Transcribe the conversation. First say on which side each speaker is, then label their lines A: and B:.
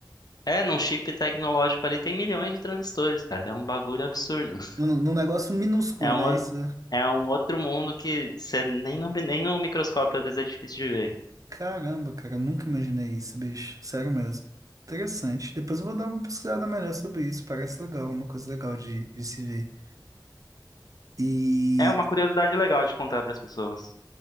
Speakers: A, on the left; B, on the right.
A: é, num chip tecnológico ali tem milhões de transistores, cara. É um bagulho absurdo. <laughs>
B: Num num negócio minúsculo,
A: É um,
B: né? Isso.
A: É um outro mundo que você nem no, nem no microscópio às vezes é difícil de ver.
B: Caramba, cara, eu nunca imaginei isso, bicho. Sério mesmo. Interessante. Depois eu vou dar uma pesquisada melhor sobre isso. Parece legal, uma coisa legal de, de se ver. E.
A: É uma curiosidade legal de contar para as pessoas.